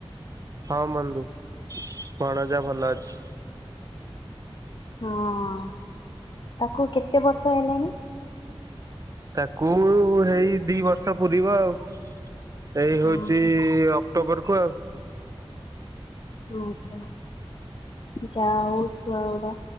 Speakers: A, on the right; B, on the left.
A: ହଁ ବନ୍ଧୁ ଭଣଜା ଭଲ ଅଛି।
B: ହଁ ତାକୁ କେତେ ବର୍ଷ ହେଲାଣି?
A: ତାକୁ ଏଇ ଦି ବର୍ଷ ପୁରିବ ଆଉ। ଏଇ ହଉଚି
B: ଓହୋ
A: ଅକ୍ଟୋବର କୁ ଆଉ।
B: ଆଜ୍ଞା। ଯାହା ହଉ ଛୁଆ ଗୁଡା